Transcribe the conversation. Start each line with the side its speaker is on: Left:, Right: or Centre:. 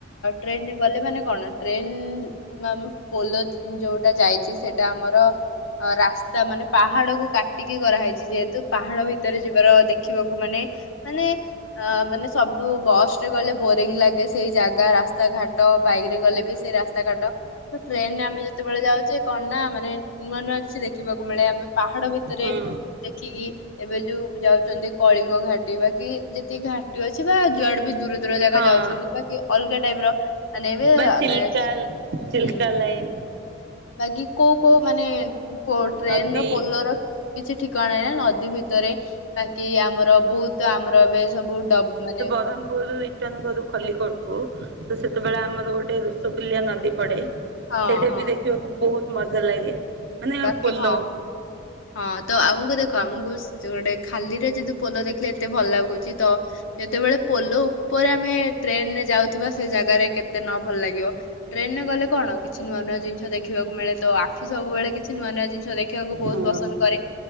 Left: ଟ୍ରେନେରେ ଗଲେ ମାନେ କଣ ଟ୍ରେନେ ମାମ୍ ପୋଲ ଯୋଉଟା ଯାଇଛି ସେଟା ଆମର। ଅ ରାସ୍ତା ମାନେ ପାହାଡକୁ କାଟିକି କରାହେଇଚି ଯେହେତୁ ପାହାଡ ଭିତରେ ଯିବାର ଦେଖିବାକୁ ମାନେ ମାନେ ଅ ମାନେ ସବୁ ବସ୍। ଯେ ଗଲେ ବୋରିଂଙ୍ଗି ଲାଗେ ସେଇ ଜାଗା ରାସ୍ତାଘାଟ ବାଇକି ରେ ଗଲେ ବି ସେଇ ରାସ୍ତାଘାଟ। ଟ୍ରେନେରେ ଆମେ ଯେତେବେଳେ ଯାଉଚେ କଣ ନା ମାନେ ନୂଆ ନୂଆ କିଛି ଦେଖିବାକୁ ମିଳେ ଆମେ ପାହାଡ ଭି ଭିତରେ
Right: ହୁଁ
Left: ରେ ଦେଖିକି। ଏବେ ଯୋଉ ଯାଉଛନ୍ତି କଳିଙ୍ଗ ଘାଟି ବା କି ଯେତିକି ଘାଟି ଅଛି ବା ଯୁଆଡେ ବି ଦୂର ଦୂର ଜାଗା
Right: ହଁ
Left: ଯାଉଛନ୍ତି। ବାକି ଅଲଗା ଟାଇପ ର। ମାନେ ଏବେ
Right: ବା
Left: ଆମେ
Right: ଚିଲିକା
Left: ଆସିଚୁ
Right: ଚିଲିକା
Left: ହୁଁ।
Right: ଲାଇନ
Left: ବାକି କୋଉ କୋଉ ମାନେ ଟ୍ରେନେ
Right: ନଦୀ
Left: ର ପୋଲର। କିଛି ଠିକଣା ନାହି ନା ନଦୀ ଭିତରେ ବାକି ଆମର ବହୁତୁ। ତ ଆମର ଏବେ ସବୁ ଡ ମାନେ
Right: <inaudible> ସତ୍ୟନଗରରୁ ଖଲିକୋଟ କୁ ତ ସେତେବେଳେ ଆମର ଗୋଟେ ଋଷୁକୁଲ୍ୟା ନଦୀ ପଡେ।
Left: ହଁ
Right: ସେଇଟା
Left: ହଁ
Right: ବି ଦେଖିବାକୁ ବହୁତୁ ମଜା ଲାଗେ। ମାନେ
Left: ବାକି
Right: ପୋଲ
Left: ହଁ ହଁ ତ ଆମୁକୁ ଦେଖ ଆମୁକୁ। ଯେ ଗୋଟେ ଖାଲିର ଯେହେତୁ ପୋଲ ଦେଖିଲେ ଏତେ ଭଲ ଲାଗୁଛି ତ। ଯେତେବେଳେ ପୋଲୋ ଉପରେ ଆମେ ଟ୍ରେନେରେ ଯାଉଥିବା ସେ ଜାଗାରେ କେତେ ଭଲ ନ ଲାଗିବ। ଟ୍ରେନରେ ଗଲେ କଣ କିଛି ନୂଆ ନୂଆ ଜିନିଷ ଦେଖିବାକୁ ମିଳେ ତ ଆଖି ସବୁବେଳେ କି ଛି ନୂଆ ନୂଆ ଜିନିଷ ଦେଖିଆକୁ ବହୁତ୍
Right: ହଁ।
Left: ପସନ୍ଦ କରେ।